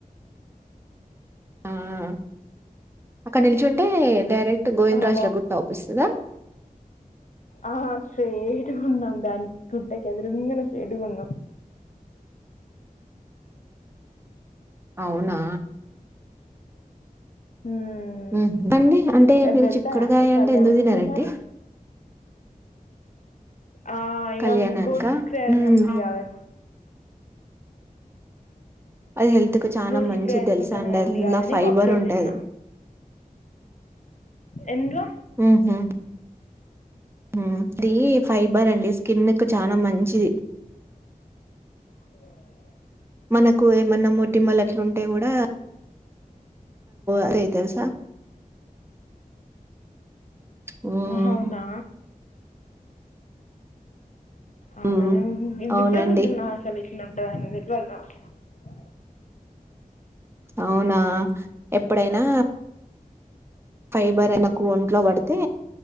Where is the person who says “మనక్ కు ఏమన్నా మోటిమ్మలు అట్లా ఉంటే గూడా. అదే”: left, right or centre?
Right